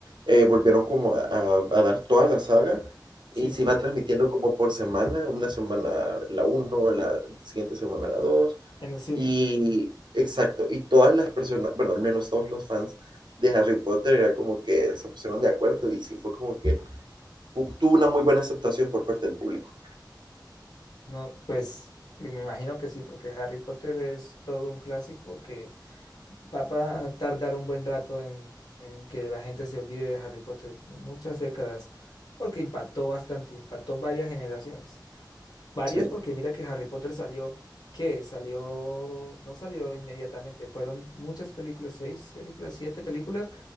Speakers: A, on the right; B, on the left.
A: eh, volvieron como a, a- a dar toda la saga
B: Sí,
A: y se iba transmitiendo como por semana, una semana la uno, la siguiente semana la 2
B: en el cine.
A: y exacto, y todas las personas, bueno, al menos todos los fans de Harry Potter era como que se pusieron de acuerdo y sí fue como que hu- tuvo una muy buena aceptación por parte del público.
B: No, pues y me imagino que sí, porque Harry Potter es todo un clásico que va a tardar un buen rato en, en que la gente se olvide de Harry Potter, muchas décadas, porque impactó bastante, impactó varias generaciones. Varias
A: Sí,
B: porque mira que Harry Potter salió, ¿qué? Salió, no salió inmediatamente, fueron muchas películas, seis películas, siete películas,